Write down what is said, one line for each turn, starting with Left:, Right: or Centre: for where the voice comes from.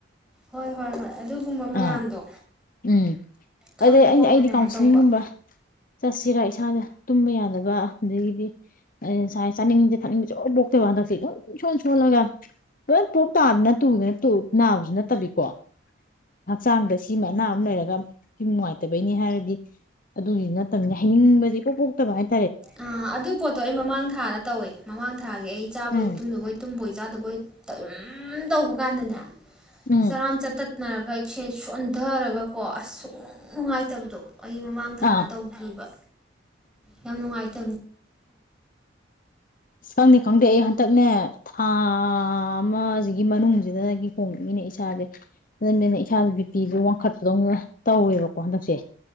Centre: ꯍꯣꯏ ꯍꯣꯏ ꯍꯣꯏ ꯑꯗꯨꯒꯨꯝꯕ ꯃꯌꯥꯝꯗꯣ
Left: ꯑꯥ ꯎꯝ
Centre: ꯈꯪꯇꯣꯛꯑꯒ
Left: ꯑꯗꯩ ꯑ ꯑꯩꯗꯤ
Centre: ꯀꯩꯅꯣ
Left: ꯀꯥꯎꯟꯁꯤꯂꯤꯡꯒꯨꯝꯕ
Centre: ꯇꯧꯕ
Left: ꯆꯠꯁꯤꯔꯥ ꯏꯁꯥꯥꯁꯦ ꯇꯨꯝꯕ ꯌꯥꯗꯕ ꯑꯗꯒꯤꯗꯤ ꯉꯁꯥꯏ ꯆꯥꯅꯤꯡꯁꯦ ꯊꯛꯅꯤꯡꯕꯁꯨ ꯄꯣꯛꯇꯦꯕ ꯍꯟꯗꯛꯁꯦ ꯁꯨꯝ ꯁꯣꯟ ꯁꯣꯜꯂꯒ ꯂꯣꯏ ꯄꯣꯛ ꯇꯥꯗꯅ ꯇꯨꯗꯅ ꯅꯥꯕꯁꯨ ꯅꯠꯇꯕꯤꯀꯣ ꯍꯛꯆꯥꯡꯗ ꯁꯤꯃ ꯑꯅꯥ ꯑꯃ ꯂꯩꯔꯒ ꯁꯨꯝ ꯅꯨꯡꯉꯥꯏꯇꯕꯩꯅꯤ ꯍꯥꯏꯔꯗꯤ ꯑꯗꯨꯒꯤꯁꯨ ꯅꯠꯇꯕꯗ ꯍꯥꯏꯅꯤꯡꯕꯁꯦ ꯄꯣꯛꯄꯣꯛꯇꯕ ꯍꯥꯏꯦ
Centre: ꯑ ꯑꯗꯨ ꯄꯣꯠꯇꯣ ꯑꯩ ꯃꯃꯥꯡ ꯊꯥꯅ ꯇꯧꯋꯦ ꯃꯃꯥꯡ ꯊꯥꯒꯤ ꯑꯩ ꯆꯥꯕꯣꯏ
Left: ꯎꯝ
Centre: ꯇꯨꯝ ꯍꯣꯏꯨꯝ ꯝꯕꯣꯏ ꯆꯥꯗꯕꯣꯏ ꯑꯗꯨꯝ ꯇꯧꯕ ꯀꯥꯟꯗꯅꯦ
Left: ꯎꯝ
Centre: ꯆꯔꯥꯝ ꯆꯠꯇꯠꯅꯔꯒ ꯏꯦ ꯄꯊꯔꯒꯀꯣ ꯑꯁꯨꯛ ꯅꯨꯡꯉꯥꯏꯇꯕꯗꯣ ꯑꯩ ꯃꯃꯥꯡ ꯊꯥꯗ
Left: ꯑꯥ
Centre: ꯇꯧꯈꯤꯕ ꯌꯥꯝ ꯅꯨꯡꯉꯥꯏꯖ
Left: ꯑꯁ ꯈꯪꯗꯦ ꯈꯪꯗꯦ ꯑꯩ ꯍꯟꯗꯛꯅꯦ ꯊꯥ ꯑꯃꯁꯤꯒꯤ ꯃꯅꯨꯡꯁꯤꯗꯒꯤ ꯍꯣꯡꯉꯛꯅꯤꯅꯦ ꯏꯁꯥꯁꯦꯅ ꯏꯁꯥꯥꯁ ꯕꯤꯄꯤꯗꯨ ꯋꯥꯡꯈꯠꯄꯗꯧꯅ ꯇꯧꯋꯦꯕꯀꯣ ꯍꯟꯗꯛꯁꯦ